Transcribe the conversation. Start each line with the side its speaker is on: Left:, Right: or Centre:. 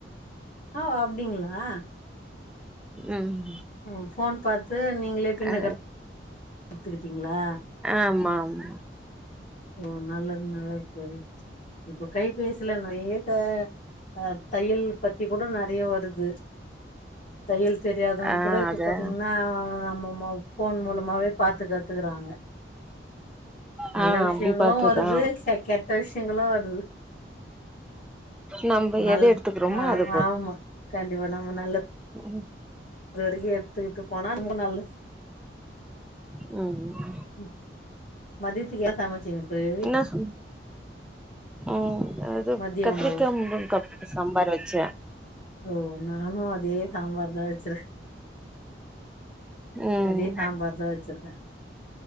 Left: ஆ அப்டிங்களா
Centre: ம்
Left: ஓ போன் பாத்து நீங்களே பின்ன
Centre: ஆ
Left: கத் கத்துக்கிட்டேங்களா
Centre: ஆமா ஆமா
Left: ஓ நல்லது நல்லது தோழி இப்ப கைபேசிலா <unintelligible> ஹ தையல் பத்தி கூட நெறய வருது தையல் தெரியாதவங்க
Centre: ஆ
Left: கூட இப்ப
Centre: அத
Left: பாத்தீங்கன்னா நம்ம போ போன் மூலமாவே பாத்து கத்துக்குறாங்க நல்ல
Centre: ஆ
Left: விஷய
Centre: அப்டி
Left: விஷயங்களு
Centre: பாத்துதா
Left: வருது கெட்ட விஷயங்களு வருது
Centre: நம்ம
Left: நல்ல
Centre: எது எடுத்துக்கிறோமோ
Left: ஆஹ்
Centre: அத
Left: ஆமா கண்டிப்பா நம்ம நல்ல
Centre: ம் ம்
Left: துருகி எடுத்துக்கிட்டுப் போனா இன்னு நல்லது
Centre: ம்
Left: ம் மதியத்துக்கு ஏ சமைச்சனு <unintelligible>
Centre: ன்னாசு ஆ அது
Left: மதிய
Centre: கத்திரிக்கா
Left: உணவு
Centre: முருங்காப்போட்டு சாம்பார் வச்ச
Left: ஓ நானு அதே சாம்பார் தா வச்சர
Centre: ம்
Left: அதே சாம்பார் தா வச்சிருக்க